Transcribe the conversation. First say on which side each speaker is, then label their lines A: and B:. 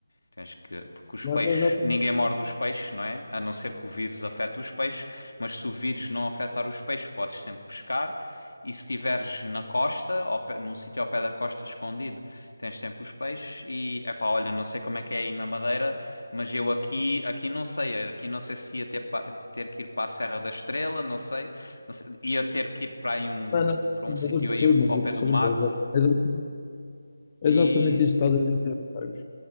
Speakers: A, on the left (about 80°); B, on the left (about 25°).
A: Tens que. Porque os
B: que...
A: peixes. Ninguém morde os peixes, não é? A não ser que o vírus afete os peixes. Mas se o vírus não afetar os peixes, podes sempre pescar. E se estiveres na costa, ao pé- num sítio ao pé da costa escondido, tens sempre os peixes. E, epá, olha, não sei como é que é aí na Madeira, mas eu aqui, aqui não sei. Aqui não sei se ia ter, pa- ter que ir para a Serra da Estrela, não sei. Não sei. Ia ter que ir para aí um,
B: Não, não,
A: para um
B: mas
A: sítio
B: eu percebo,
A: aí
B: mas
A: ao
B: eu
A: pé
B: percebo.
A: do mato.
B: mas é Exatamente, exatamente
A: E
B: isto que estás a dizer, sabes?